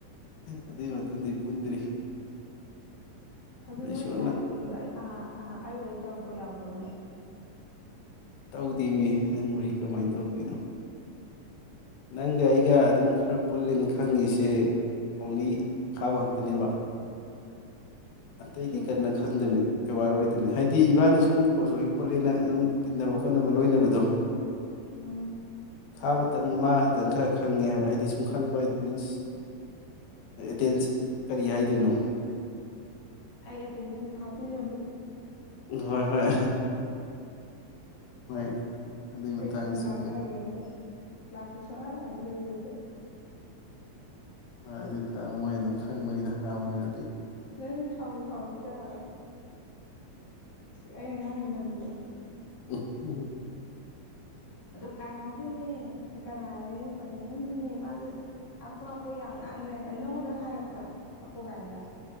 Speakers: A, on the left; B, on the left.
A: ꯑꯗꯨꯒꯤ ꯃꯇꯨꯡꯗ ꯄꯨꯟꯗ꯭ꯔꯤ
B: ꯑꯗꯨ ꯅꯣꯏ
A: ꯏꯁꯣꯔꯅ
B: ꯊꯥꯏꯅ ꯇꯨꯡꯗꯣ ꯑꯩ ꯑꯥ ꯑꯩ ꯋꯥ ꯇꯧꯔꯛꯄ ꯌꯥꯎꯕꯦ ꯃꯝ
A: ꯇꯧꯗꯦꯅꯦ ꯅꯪ ꯋꯥꯔꯤ ꯀꯃꯥꯏꯅ
B: ꯎꯝ
A: ꯇꯧꯗꯣꯏꯅꯣ ꯅꯪꯒ ꯑꯩꯒ ꯑꯗꯨꯝ ꯈꯔ ꯄꯨꯜꯂꯦꯅ ꯈꯪꯉꯤꯁꯦ ꯑꯣꯡꯂꯤ ꯈꯥꯕ ꯈꯛꯇꯅꯦꯕ ꯑꯇꯩꯗꯤ
B: ꯀꯦꯕ
A: ꯀꯟꯅ ꯈꯪꯗꯃꯤ ꯑꯦꯋꯥꯔ ꯑꯣꯏꯗꯕꯅꯤ ꯍꯥꯏꯗꯤ ꯏꯕꯥꯅꯤ ꯁꯨꯝ ꯀ꯭ꯂꯣꯖ ꯑꯣꯏ ꯈꯣꯠꯂꯦꯅ ꯑꯗꯨꯝ ꯇꯤꯟꯅꯕ ꯈꯣꯠꯅꯕ ꯂꯣꯏꯅꯕꯗꯣ
B: ꯑꯣ
A: ꯈꯥꯕ ꯇ ꯃꯥ ꯈꯥꯛꯇꯪ ꯈꯔ ꯈꯪꯉꯦ ꯍꯥꯏꯕ ꯍꯥꯏꯗꯤ ꯁꯨꯝ ꯈꯪꯕ ꯃꯤꯟꯁ ꯑꯦꯇꯦꯟꯁ ꯀꯔꯤ ꯍꯥꯏꯗꯣꯏꯅꯣ
B: ꯎ ꯇꯦꯟꯁ ꯍꯥꯄꯤꯅꯦꯣ
A: ꯍꯣꯏ ꯍꯣꯏ <inaudible>
B: ꯑꯦ
A: ꯃꯇꯥꯡꯗꯁꯨ
B: ꯅꯪ
A: ꯑꯩꯈꯣꯏ
B: ꯑꯪꯅꯒꯅꯤ ꯀ꯭ꯂꯥꯁꯁꯅꯂ ꯏꯟꯗꯔꯚꯔꯁꯨ
A: ꯍꯣꯏ ꯑꯗꯨꯇꯥ ꯃꯣꯏ ꯑꯗꯨꯝ ꯈꯪꯕꯅꯤ ꯗꯔꯀꯥꯔꯅ
B: ꯅ ꯁꯥꯎ ꯁꯥꯎ ꯇ ꯍꯥꯏꯕ ꯑ ꯉꯅ ꯑꯗꯨꯒꯕ
A: ꯎꯝ ꯎꯝ
B: ꯑꯗꯣ ꯀꯅꯥꯁꯨꯅꯦ ꯀꯔꯥꯏ ꯄꯥꯏꯅꯤꯡꯉꯝꯒꯅꯤ ꯃꯥꯖꯨ ꯍꯥꯞꯄꯨ ꯍꯥꯞꯄꯨ ꯌꯥꯝ ꯉꯥꯡꯗꯥꯢꯅꯦ ꯅꯉꯣꯟꯗ ꯍꯥꯏꯔꯛꯄ꯭ꯔꯥ ꯍꯥꯄꯨ ꯀꯥꯏꯅꯒ